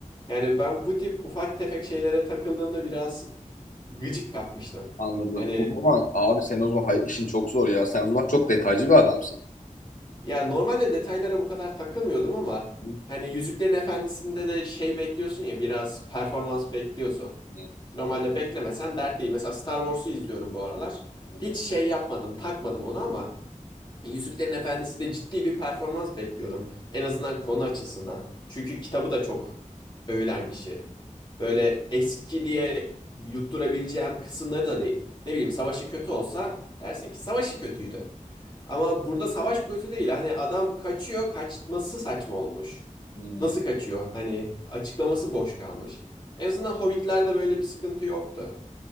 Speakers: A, on the left; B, on the left.
A: Yani ben bu tip ufak tefek şeylere takıldığımda biraz gıcık kapmıştım.
B: anladım.
A: Hani
B: O zaman abi sen o zaman hay- işin çok zor ya. Sen o zaman çok detaycı bir adamsın.
A: ya normalde detaylara bu kadar takılmıyordum ama
B: Hı,
A: hani Yüzüklerin Efendisi'nde de şey bekliyorsun ya biraz performans bekliyorsun.
B: hı,
A: Normalde beklemesen dert değil. Mesela Star Wars'u izliyorum bu aralar.
B: hı,
A: Hiç şey yapmadım, takmadım onu ama Yüzüklerin Efendisi de ciddi bir performans bekliyordum. En azından konu açısından. Çünkü kitabı da çok övülen bir şey. Böyle eski diye yutturabileceğim kısımları da değil. Ne bileyim savaşı kötü olsa dersin ki savaşı kötüydü. Ama burada savaş kötü değil. Hani adam kaçıyor, kaçması saçma olmuş.
B: hı.
A: Nasıl kaçıyor? Hani açıklaması boş kalmış. En azından Hobbit'lerde böyle bir sıkıntı yoktu.